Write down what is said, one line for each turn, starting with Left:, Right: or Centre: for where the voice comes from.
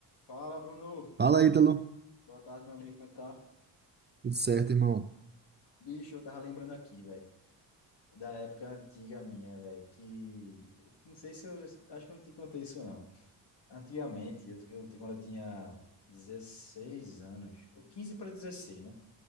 Left: Fala, Bruno.
Right: Fala, Ítalo.
Left: Boa tarde, meu amigo. Como é que tá?
Right: Tudo certo, irmão?
Left: Bicho, eu tava lembrando aqui, velho, da época antiga minha, velho, que não sei se eu acho que eu não te contei isso não. Antigamente, eu, eu- quando eu tinha 16 anos, ou quinze para dezesseis né?